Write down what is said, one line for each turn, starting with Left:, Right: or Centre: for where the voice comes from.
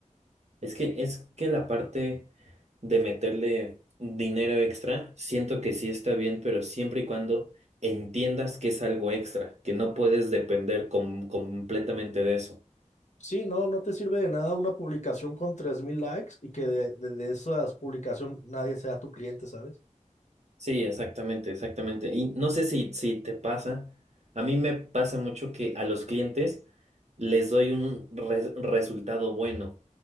Right: Es que, es que la parte de meterle dinero extra, siento que sí está bien, pero siempre y cuando entiendas que es algo extra, que no puedes depender com- completamente de eso.
Left: Sí, no, no te sirve de nada una publicación con tres mil likes y que de, de, de esas publicaciones nadie sea tu cliente, ¿sabes?
Right: Sí, exactamente, exactamente. Y no sé si, si te pasa, a mí me pasa mucho que a los clientes les doy un re- resultado bueno,